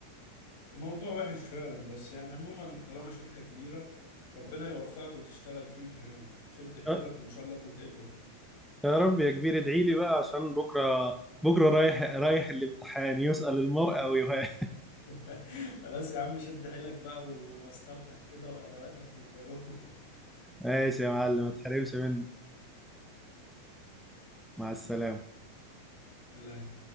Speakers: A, on the left (about 50°); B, in the centre.
A: موضوع وحش فعلا بس يعني عموما طالما شركة كبيرة ربنا يوفقك وتشتغل فيها يعني شد حيلك
B: أه،
A: وان شاء الله تتقبل
B: يا رب يا كبير ادعي لي بقى عشان بكره بكره رايح رايح الامتحان يسأل المرء ويهان
A: <laughs> خلاص يا عم شد حيلك بقى ومسطرتك كده وادواتك وبروح
B: ماشي يا معلم ما تحرمش مني مع السلامة
A: <laughs> سلام